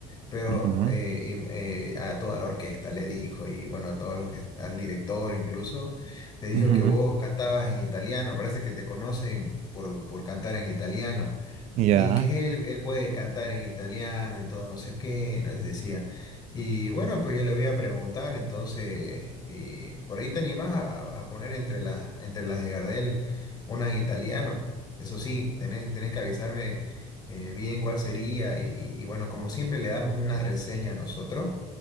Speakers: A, on the left (about 30°); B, on the right (about 55°).
A: pero
B: ujú,
A: eh, im- eh, a toda la orquesta le dijo, y bueno, a todos los que, al director incluso, le dijo
B: ujú,
A: que vos cantabas en italiano, parece que te conocen por, por cantar en italiano.
B: Ya,
A: Y que él, él puede cantar en italiano y todo, no sé qué, nos decía. Y bueno, pues yo le voy a preguntar, entonces, y por ahí te animas a, a poner entre las, entre las de Gardel una en italiano. Eso sí, tenés, tenés que avisarme eh, bien cuál sería. Y, y bueno, como siempre le damos una reseña a nosotros